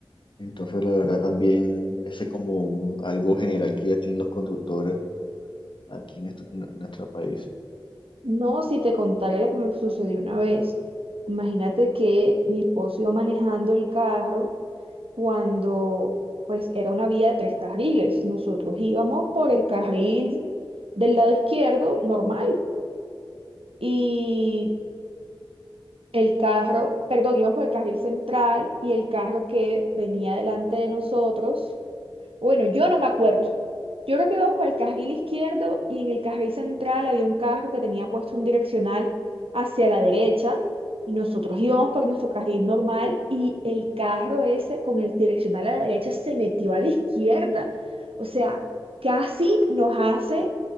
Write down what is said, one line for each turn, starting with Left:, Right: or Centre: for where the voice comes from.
Left: Entonces, la verdad también ese es como un- algo general que ya tienen los conductores aquí en, nuestro en nuestro país.
Right: No, si te contara lo que me sucedió una vez. Imagínate que mi esposo iba manejando el carro cuando pues era una vía de tres carriles. Nosotros íbamos por el carril del lado izquierdo normal y el carro, perdón, íbamos por el carril central y el carro que venía delante de nosotros bueno, yo no me acuerdo. Yo creo que iba bajo el carril izquierdo y en el carril central había un carro que tenía puesto un direccional hacia la derecha y nosotros íbamos por nuestro carril normal y el carro ese con el direccional a la derecha se metió a la izquierda. O sea, casi nos hace